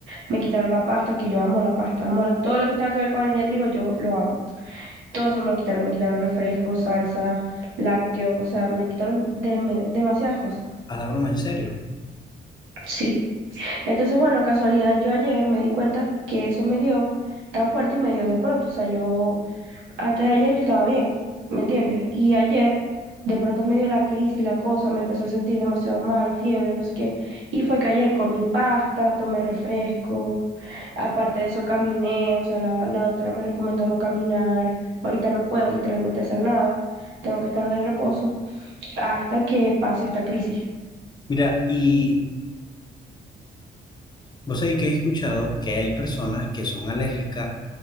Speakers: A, on the right; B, on the left.
A: Me quitaron la pasta, que yo amo la pasta, amo lo- todo lo que tenga que ver con harina de trigo, yo lo amo. Todo eso me lo quitaron, me quitaron refrescos, salsas, lácteos, o sea, me quitaron deme- demasiadas cosas.
B: a la broma, en serio.
A: Sí. Entonces, bueno, casualidad, yo ayer me di cuenta que eso me dio tan fuerte y me dio de pronto, o sea, yo Antes de ayer yo estaba bien, ¿me entiendes? Y ayer de pronto me dio la crisis, la cosa, me empecé a sentir demasiado mal, fiebre, no sé qué. Y fue que ayer comí pasta, tomé refresco, aparte de eso caminé, o sea, la, la doctora me recomendó no caminar, ahorita no puedo literalmente hacer nada, tengo que estar de reposo hasta que pase esta crisis.
B: Mira, y vos sabés que he escuchado que hay personas que son alérgicas